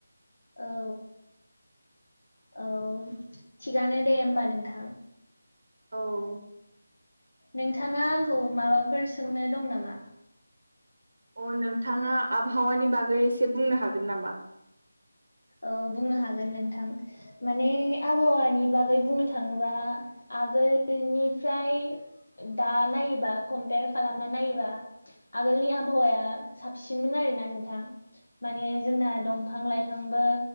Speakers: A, on the left (about 75°); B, on the right (about 55°).
A: औ औ थिगानो दे होमबा नोंथां
B: औ
A: नोंथाङा आंखौ माबाफोर सोंनो दं नामा
B: अ नोंथाङा आबहावानि बागै एसे बुंनो हागोन नामा
A: औ बुंनो हागोन नोंथां माने आबहावानि बागै बुंनो थाङोबा आगोलनिफ्राय दा नायोबा कम्पयार खालामना नायोबा आगोलनि आबहावाया साबसिनमोन आरोना नोंथां माने जोंना दंफां लाइ फांबो